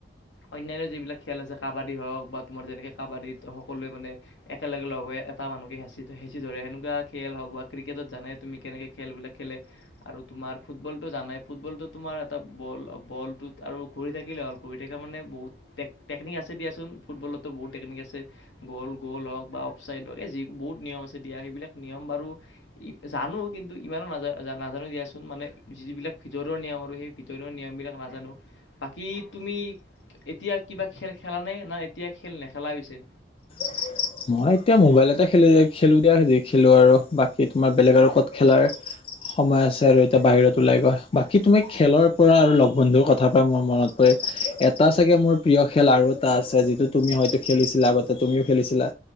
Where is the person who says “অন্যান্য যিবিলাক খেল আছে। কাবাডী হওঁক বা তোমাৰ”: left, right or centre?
Left